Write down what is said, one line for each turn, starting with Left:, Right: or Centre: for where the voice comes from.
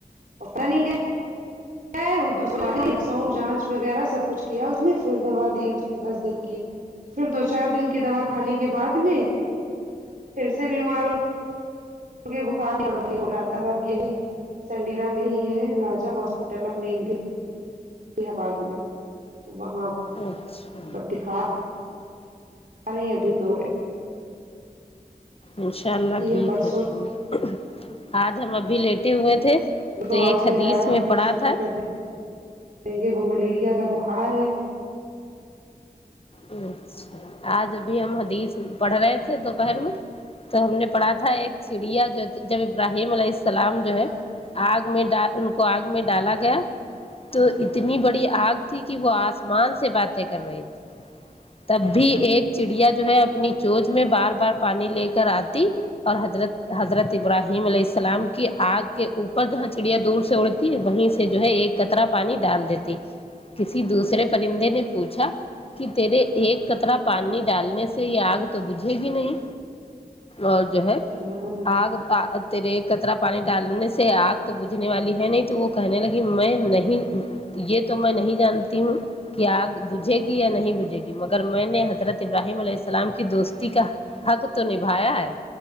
Right: اپرا نہیں کیا انڈ جانچ وغیرہ سب کچھ کیا اس نے پھر دوا دی اس نے دس دن کی <inaudible> پھر دو چار دن کی دوا کھانے کے بعد میں پھر سے بیمار ہو کیونکہ بخار بڑبڑی ہو رہا تھا ب اب یہیں <inaudible> سنڈیلا میں ہی ہے راجا ہاسپٹل اپنے ڈ آباز میں وہاں
Left: اچھا
Right: بٹ دکھا آرہے ابھی دو ہے
Left: انشاء اللہ
Right: کی
Left: ٹھیک
Right: ہے پرسوں
Left: ہو جائیں گے آج ہم ابھی لیٹے ہوئے تھے
Right: ان کو
Left: تو ایک
Right: آج کہے
Left: حدیث
Right: رہا ڈاکٹر
Left: میں پڑھا
Right: چھٹی
Left: تھا
Right: کر دیں کیونکے وہ ملیریا کا بخار ہے
Left: اچھا آج ابھی ہم حدیث پڑھ رہے تھے دوپہر میں تو ہم نے پڑھا تھا ایک چڑیا جو جب ابراہیم علیہ السلام جو ہے
Right: ہاں
Left: آگ میں ڈ ان کو آگ میں ڈالا گیا تو اتنی بڑی آگ تھی کہ وہ آسمان سے باتیں کر رہی تھی تب بھی ایک چڑیا جو ہے اپنی چوچ میں بار بار پانی لے کر آتی اور حضرت حضرت ابراہیم علیہ السلام کی آگ کے اوپر جہاں چڑیا دور سے اڑ تی وہیں سے جو ہے ایک قطرہ پانی ڈال دیتی کسی دوسرے پرندے نے پوچھا کہ تیرے ایک قطرہ پانی ڈالنے سے یہ آگ تو بوجھیگی نہیں اور جو ہے
Right: ہاں
Left: آگ تیرے ایک قطرہ پانی ڈالنے سے آگ تو بجھنے والی ہے نہیں تو کہنے لگی میں نہیں یہ تو میں نہیں جانتی ہوں کہ آگ بجھے گی یا نہیں بجھے گی مگر میں نے حضرت ابراہیم علیہ السلام کی دوستی کا حق تو نبھایا ہے